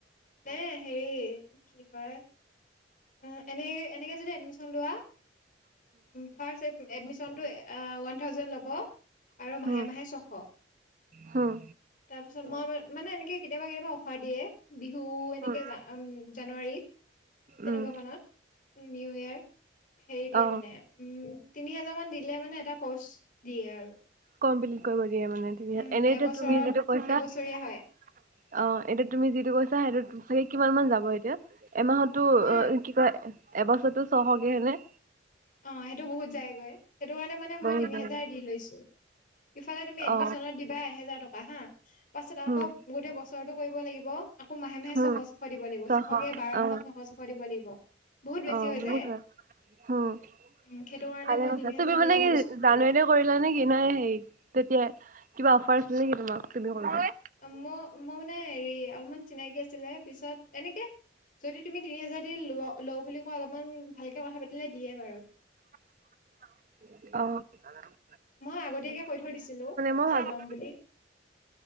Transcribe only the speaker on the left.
এই হেৰি এইটো কি কয়। উম, এনে এনেকে যদি এডমিশ্যন লোৱা ফাৰ্ষ্ট এডমিশ্যন টো ওৱান থাউজেণ্ড ল'ব। আৰু
মাহে মাহে ছশ,
তাৰপিছত মই মানে এনেকে কেতিয়াবা, কেতিয়াবা অফাৰ দিয়ে বিহু এনেকে
জানুৱাৰী তেনেকুৱা
মানত, নিউ ইয়েৰৰ হেৰি দিয়ে
মানে উম, তিনি হাজাৰ মান দিলে মানে এটা কোৰ্চ দিয়ে আৰু
উম
এবছৰত
এবছৰীয়া
হয়
মই
অ', সেইটো বহুত যায়গৈ। সেইটোকাৰণে মানে
মই তিনিহোজাৰ
দি লৈছো। ইফালে তুমি এডমিশনত
দিবা এহেজাৰ টকা হা। পাছত
আকৌ গোটেই বছৰটো কৰিব লাগিব আকৌ মাহে-মাহে
ছশ-ছশ দিব লাগিব।
ছশকে বাৰ
মাহত ছশ-ছশ দিব লাগিব। বহুত বেছি
হৈ
যায়
উম সেইটো কাৰণে
মই
তিনি
হাজাৰ
দিয়ে
লৈছো
ম মই মানে হেৰি অলপমান চিনাকি আছিলে পিছত এনেকে যদি তুমি দুই হাজাৰ দি ল লওঁ বুলি কোৱা। অলপমান ভালকে কথা পাতিলে দিয়ে বাৰু।
মই আগতীয়াকে কৈ থৈ দিছিলোঁ
যে
ল'ম বুলি।